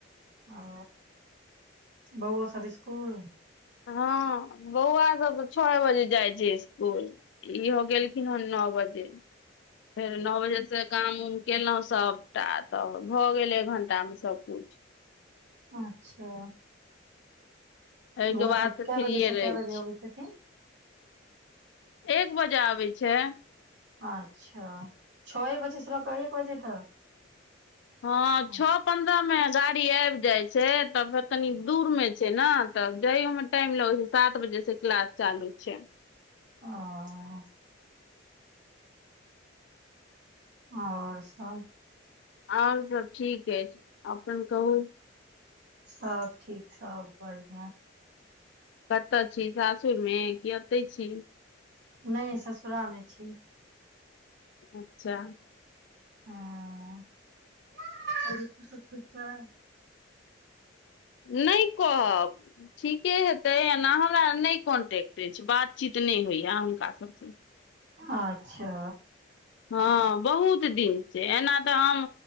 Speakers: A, on the right; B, on the left.
A: ओ बौओ सभ इसकुल?
B: हँ, बौआसब तऽ छओए बजे जाइत छै इसकुल। इहो गेलखिन हन नओ बजे। फेर नओ बजेसँ काम-उम केलहुँ सभटा तब भऽ गेल एक घण्टामे सभ कुछ।
A: अच्छा।
B: एहिके
A: बौआसभ
B: बाद से फ्रीये
A: कए बजेसँ
B: रहै
A: कए बजे
B: छी
A: अबैत छथिन?
B: एक बजे आबैत छै।
A: अच्छा। छओए बजेसँ लऽ कऽ एक बजे तक?
B: हँ,
A: ओ
B: छओ पन्द्रहमे गाड़ी आबि जाइत छै, तऽ फेर कनी दूरमे छै ने। तब जाइयो मे टाइम लगैत छै। सात बजेसँ क्लास चालू छै।
A: ओ। आओरसभ?
B: आओरसभ ठीक अछि। अपन कहू।
A: सभ ठीक सभ बढ़िआँ।
B: कतय छी सासुरमे, की एतहि छी?
A: नहि, ससुरालमे छी हम।
B: अच्छा।
A: हँ, और <unintelligible> सभ ठीक छै?
B: नहि कहब। ठीके हेतै, एना हमरा नहि कॉन्टैक्ट अछि। बातचीत नहि होइए हुनका सभसँ।
A: अच्छा।
B: हँ, बहुत दिनसँ। एना तऽ हम